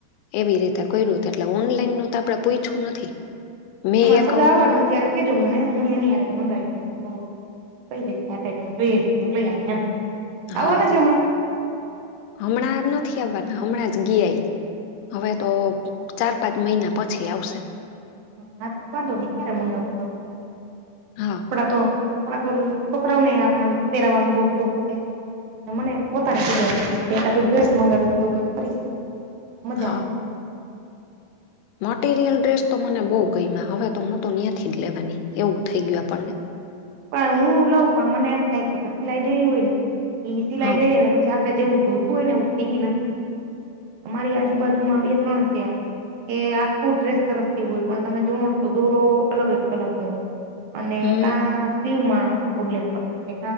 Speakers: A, on the left; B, on the right.
A: એવી રીતે કર્યું એટલે ઓનલાઈન નું તો આપડે પૂછયું નથી મેં
B: તમારે
A: એક
B: સગા આવવાના ત્યારે કેજો મને હું એની હારે જ મંગાવી લઈશ કહી દેશ આ ટાઈપ જોઈએ છે તો લઈ આવે એમ આવવાના
A: હા
B: છે હમણાં
A: હમણાં નથી આવવાના હમણાં ગયા હવે તો ચાર પાંચ મહિના પછી આવશે.
B: હા તો વાંધો નહી ક્યારે મંગાવું
A: હા
B: કપડા તો કપડાં તો છોકરાઓ ને આપણાને પહેરાવવાનો બહુ શોખ છે. મને પોતાને પેરવાનો <unintelligible> ડ્રેસ મંગાવી લઉ એવું કઈક કરી મજા
A: હા
B: આવે
A: મટીરિયલ ડ્રેસ તો મને બહુ ગમ્યા હવે તો હું તો ન્યાંથી જ લેવાની એવું થઇ ગયું આપણને.
B: પણ હું લઉં પણ મને એમ થાય ગયા સિલાઈ હોય ને એ સિલાઈ
A: હા
B: દઈને આપડે જેવું જોતું હોય ને એવું સીવી નથી દેતા અહીં અમારી આજુબાજુમાં બે ત્રણ છે. એમ એ આખું ડ્રેસ સરસ સિવું હોય પણ તમે જોવો ને તો દોરો અલગ જ કલર નો હોય. અને
A: હમ
B: કા શીવમા પ્રોબ્લેમ પણ નાખે